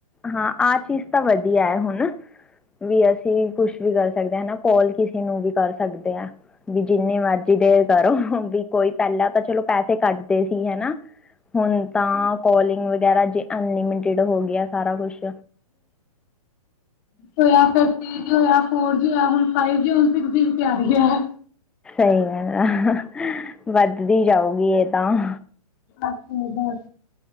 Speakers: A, in the centre; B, on the left.
A: ਹਾਂ ਆਹ ਚੀਜ਼ ਤਾਂ ਵਧੀਆ ਹੈ ਹੁਣ ਵੀ ਅਸੀਂ ਕੁਛ ਵੀ ਕਰ ਸਕ ਸਕਦਾ ਹਨਾ ਕੋਲ ਕਿਸੇ ਨੂੰ ਵੀ ਕਰ ਸਕਦੇ ਆ। ਵੀ ਜਿੰਨੀ ਮਰਜ਼ੀ ਦੇਰ ਕਰੋ ਵੀ ਕੋਈ ਪਹਿਲਾਂ ਤਾਂ ਚਲੋ ਪੈਸੇ ਕੱਟ ਤੇ ਸੀ ਹਨਾ। ਹੁਣ ਤਾਂ ਕੋਲਿੰਗ ਵਗੈਰਾ ਜੇ ਅਨਲਿਮਿਟਿਡ ਹੋ ਗਿਆ। ਸਾਰਾ ਕੁਛ
B: ਹੋਇਆ ਫੇਰ ਥ੍ਰੀ ਜ ਹੋਇਆ ਫੋਰ ਹੁਣ ਫਾਈਵ ਜੀ ਹੁਣ ਸਿਕਸ ਜੀ ਤਿਆਰੀ ਹੈ।
A: ਸਹੀ ਹੈ ਨਾ। <unintelligible> ਵੱਧਦੀ ਜਾਊਗੀ ਇਹ। ਤਾਂਹ
B: ਅੱਛਾ,